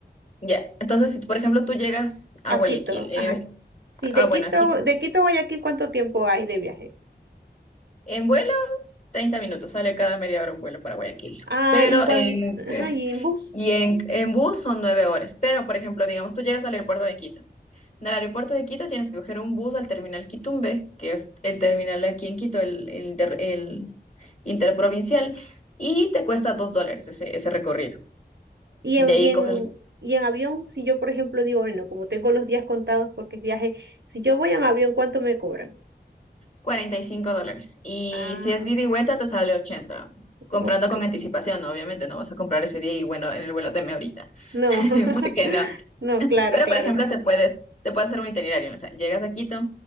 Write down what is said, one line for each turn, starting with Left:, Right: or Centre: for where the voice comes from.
Left: Ya, entonces, si por ejemplo tú llegas a
Right: a
Left: Guayaquil,
Right: Quito.
Left: es,
Right: Ajá. Sí, de
Left: ah, bueno,
Right: Quito,
Left: a Quito,
Right: de Quito a Guayaquil, ¿cuánto tiempo hay de viaje?
Left: en vuelo, 30 minutos, sale cada media hora un vuelo para Guayaquil,
Right: Ah,
Left: pero
Right: y cuando,
Left: en,
Right: ajá, y en bus,
Left: y en, en bus son 9 horas, pero por ejemplo, digamos, tú llegas al aeropuerto de Quito. Del aeropuerto de Quito tienes que coger un bus al terminal Quitumbe, que es el terminal aquí en Quito, el, el inter- el interprovincial, y te cuesta dos dólares ese, ese recorrido.
Right: y
Left: De
Right: en,
Left: ahí
Right: y en,
Left: coges
Right: y en avión, si yo, por ejemplo, digo, bueno, como tengo los días contados porque es viaje, si yo voy en avión, ¿cuánto me cobran?
Left: 45 dólares. Y
Right: Ah,
Left: si es de ida y vuelta, te sale 80. Comprando
Right: ok.
Left: con anticipación, ¿no? Obviamente no vas a comprar ese día y bueno, en el vuelo deme ahorita,
Right: No,
Left: <laughs>
Right: <laughs>
Left: porque no.
Right: no, claro,
Left: Pero,
Right: claro.
Left: por ejemplo, te puedes, te puedes hacer un itinerario, ¿no? O sea, llegas a Quito,